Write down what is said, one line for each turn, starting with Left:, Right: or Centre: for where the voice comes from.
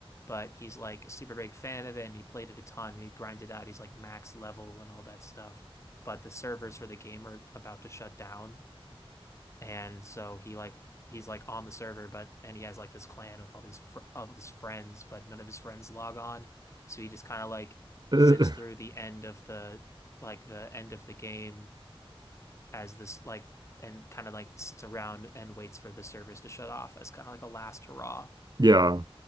Left: But he's like a super big fan of it and he played it a ton and he grinded out. He's like max level and all that stuff. But the servers for the game are about to shut down and so he like he's like on the server but and he has like this clan with all these fr of his friends but none of his friends log on so he just kind of like
Right: Uh,
Left: sits through the end of the like the end of the game as this like and kind of like sits around and waits for the servers to shut off as kind of like a last hurrah
Right: <laughs> yeah.